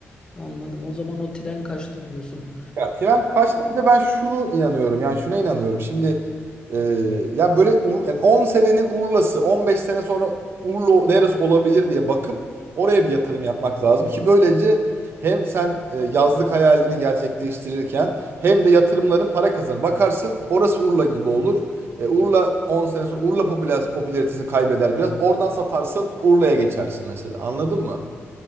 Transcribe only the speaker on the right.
Ya tren kaçtı. Bir de ben şunu inanıyorum. Yani şuna inanıyorum. Şimdi e, yani böyle Ur- yani 10 senenin Urla'sı, 15 sene sonra Urla neresi olabilir diye bakıp oraya bir yatırım yapmak lazım ki böylece hem sen e, yazlık hayalini gerçekleştirirken hem de yatırımların para kazanır. Bakarsın orası Urla gibi olur. E, Urla on sene sonra Urla popüler, popülaritesini kaybeder biraz. Oradan satarsın Urla'ya geçersin mesela. Anladın mı?